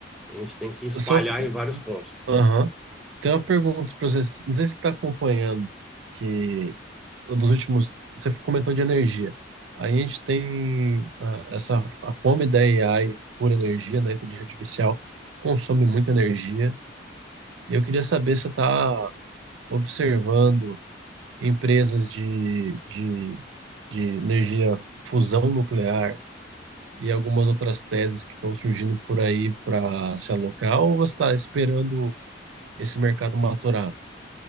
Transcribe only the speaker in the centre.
A gente tem que espalhar
em vários pontos.